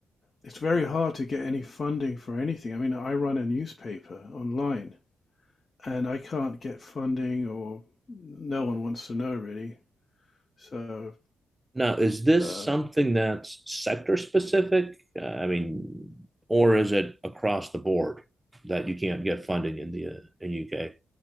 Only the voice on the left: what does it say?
it's very hard to get any funding for anything i mean i run a newspaper online and i can't get funding or no one wants to know really so
uh,